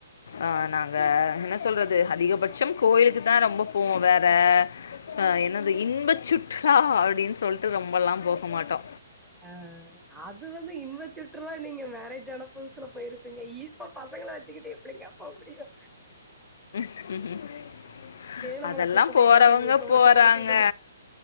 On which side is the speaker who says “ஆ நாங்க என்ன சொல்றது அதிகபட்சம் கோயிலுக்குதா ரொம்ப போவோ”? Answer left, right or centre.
Left